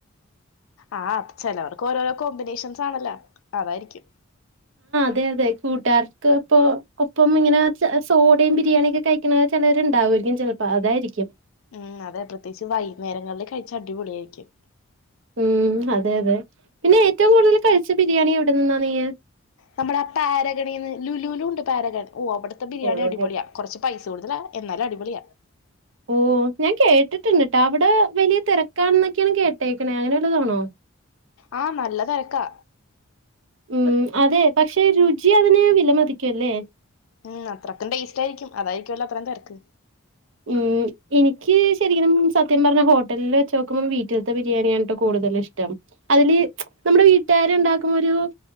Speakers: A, on the left; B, on the right.
A: ആഹ് ചെലവർക്ക് ഓരോരോ കോമ്പിനേഷൻസാണല്ലോ അതായിരിക്കും
B: അതെയതെ കൂട്ടാർക്ക് ഒപ്പോ ഒപ്പംങ്ങനെ സോഡയും ബിരിയാണിയൊക്കെ കഴിക്കണ ചെലര്ണ്ടാവും ര് ക്കും ചെലപ്പോ അതായിരിക്കും
A: ഉം അതെ പ്രത്യേകിച്ച് വൈകുന്നേരങ്ങളിൽ കഴിച്ചാ അടിപൊളി ആയിരിക്കും
B: ഉം അതെ അതെ പിന്നെ ഏറ്റവും കൂടുതൽ കഴിച്ച ബിരിയാണി എവിടെന്നാ നീയ്
A: നമ്മുടെ ആ പാരഗണിന്ന് ലുലുലും ണ്ട് പാരഗൺ ഓഹ് അവിടുത്തെ
B: നീ
A: ബിരിയാണി അടിപൊളിയാ കൊർച്ച് പൈസ കൂടുതലാ എന്നാലും അടിപൊളിയാ
B: ഓ ഞാൻ കേട്ടിട്ട് കേട്ടാ അവിടെ വലിയ തിരക്കാണ എന്നൊക്കെയാണ് കേട്ടേക്കണെ അങ്ങനെ ഉള്ളതാണോ
A: ആഹ നല്ല തിരക്കാ
B: ഉം അതെ പക്ഷെ രുചി അതിനെ വില മതിക്കുംല്ലേ
A: ഉം അത്രക്കും ടേസ്റ്റയിയിരിക്കും അതായിരിക്കുംല്ലോ അത്രയും തിരക്ക്
B: ഉം ഉം എനിക്ക് ശരിക്കും സത്യം പറഞ്ഞ ഹോട്ടലിൽ വെച്ച് നോക്കുമ്പോൾ വീട്ടിലത്തെ ബിരിയാണിയാണ്ട്ടോ കൂടുതൽ ഇഷ്ടം അതില് നമ്മുടെ വീട്ടുകാരെ ഉണ്ടാക്കുമ്പോ ഒരു ഒരു